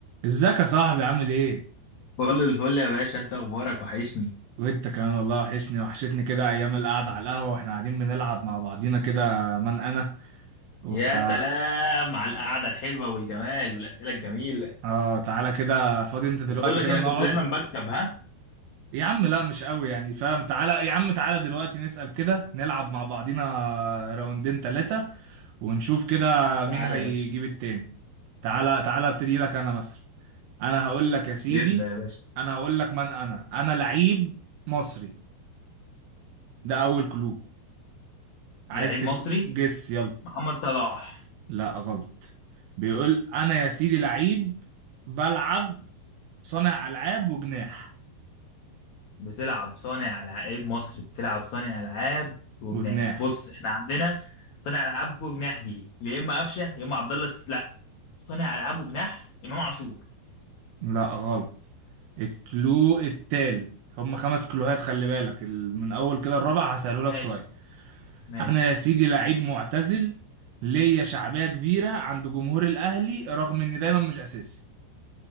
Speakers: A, on the right (about 75°); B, on the left (about 75°).
A: ازيك يا صاحبي عامل ايه
B: كل الفل يا باشا انت اخبارك وحشني
A: وانت كمان والله وحشني وحشتني كده ايام القعده على القهوه واحنا قاعدين بنلعب مع بعضينا كده من انا وفا
B: يا سلام على القعده الحلوه والجمال والاسئله الجميله
A: اه تعالى كده فاضي انت دلوقتي
B: بس بقول لك
A: كده
B: انا
A: نقعد
B: كنت دايما بكسب ها
A: يا عم لا مش قوي يعني فاهم تعالى يا عم تعالى دلوقتي نسأل كده نلعب مع بعضينا راوندين تلاتة ونشوف كده مين
B: تعالى
A: هيجيب
B: يا باشا
A: التاني تعالى تعالى ابتدي لك انا مثلا انا هقول لك يا سيدي
B: يبدا يا باشا
A: انا هقول لك من انا انا لعيب مصري ده اول كلو عايز
B: لعيب
A: تجس
B: مصري
A: يلا
B: محمد صلاح
A: لا غلط بيقول انا يا سيدي لعيب بلعب صانع العاب وجناح
B: بتلعب صانع العاب لعيب مصري بتلعب صانع العاب وجناح
A: وجناح
B: بص احنا عندنا صانع العاب وجناح دي يا اما قفشه يا اما عبد الله الس- لا صانع العاب وجناح امام عاشور
A: لا غلط الكلو التالت هم خمس كلوهات خلي بالك ال- من اول كده الرابع هسهله
B: ماشي
A: لك شويه
B: ماشي
A: انا يا سيدي لعيب معتزل ليا شعبيه كبيره عند جمهور الاهلي رغم اني دايما مش اساسي